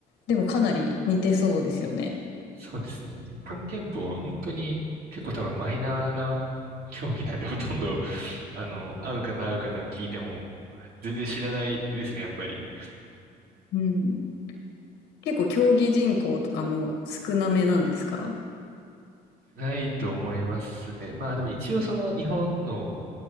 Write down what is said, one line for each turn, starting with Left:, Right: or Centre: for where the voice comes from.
Left: でもかなり似てそうですよね。
Right: そうですね。日本拳法は本当に結構多分マイナーな競技なんで、ほとんど、あの、会う方会う方に聞いても全然知らないですね、やっぱり。
Left: うん。結構競技人口とかも少なめなんですか
Right: ないと思いますね。まあでも一応その日本の